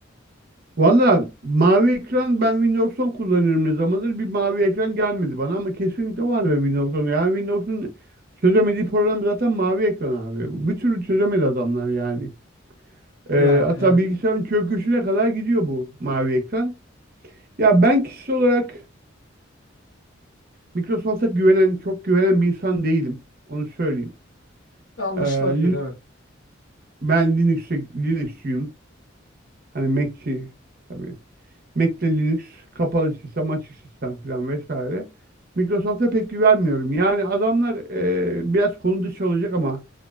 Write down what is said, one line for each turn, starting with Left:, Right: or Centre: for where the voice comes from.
Right: Valla mavi ekran ben Windows 10 kullanıyorum ne zamandır. Bir mavi ekran gelmedi bana ama kesinlikle var ya Windows 10. Yani Windows'un çözemediği problem zaten mavi ekran abi. Bir türlü çözemedi adamlar yani. Ee,
Left: Yani
Right: hatta
Left: evet.
Right: bilgisayarın çöküşüne kadar gidiyor bu mavi ekran. Ya ben kişisel olarak Microsoft'a güvenen, çok güvenen bir insan değilim. Onu söyleyeyim.
Left: Anlaşılabilir
Right: Ee, Lin-
Left: evet.
Right: ben Linux'e, Linux'çuyum. Hani Mac'çi tabii. Mac'le Linux, kapalı sistem, açık sistem falan vesaire. Microsoft'a pek güvenmiyorum. Yani adamlar e, biraz konu dışı olacak ama